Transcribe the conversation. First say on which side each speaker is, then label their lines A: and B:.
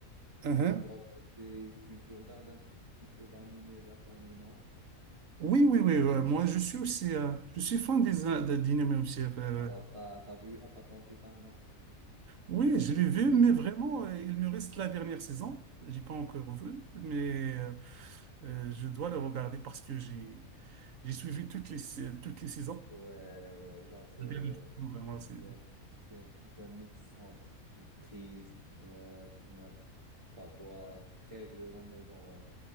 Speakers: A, on the right; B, on the right.
A: uh
B: Alors, euh, tu, tu, tu regardes un petit peu d'animé japonais, non?
A: Oui, oui, oui, ouais. Moi, je suis aussi, euh, je suis fan des, des d'Inhumés aussi. euh,
B: Alors, t'as, t'as vu Attack on Titan, non?
A: oui, je l'ai vu, mais vraiment, euh, il me reste la dernière saison. J'ai pas encore vu, mais euh, euh, je dois le regarder parce que j'ai j'ai suivi toutes les, toutes les saisons.
B: Ouais, ouais, genre, c'est,
A: Bien, je trouve, Vraiment, c'est...
B: c'est un, c'est un petit peu un mix entre triste, euh, euh, parfois très violent, mais genre, euh,